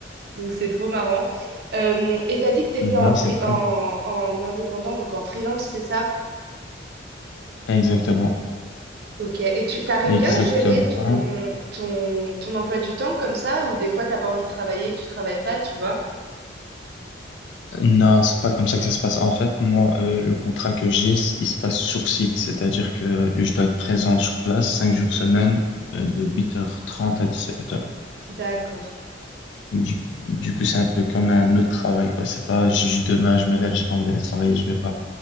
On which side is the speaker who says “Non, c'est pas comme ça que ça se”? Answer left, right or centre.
Left